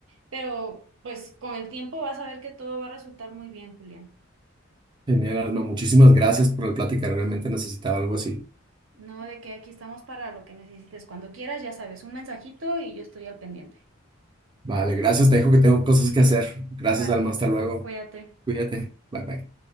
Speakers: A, on the right (about 75°); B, on the right (about 25°).
A: pero pues con el tiempo vas a ver que todo va a resultar muy bien, Julián.
B: Genial, Alma. Muchísimas gracias por la plática. Realmente necesitaba algo así.
A: No de que aquí estamos para lo que necesites. Cuando quieras, ya sabes, un mensajito y yo estoy al pendiente.
B: Vale, gracias. Te dejo que tengo cosas que hacer. Gracias,
A: Vale,
B: Alma. Hasta luego.
A: cuídate.
B: Cuídate. Bye, bye.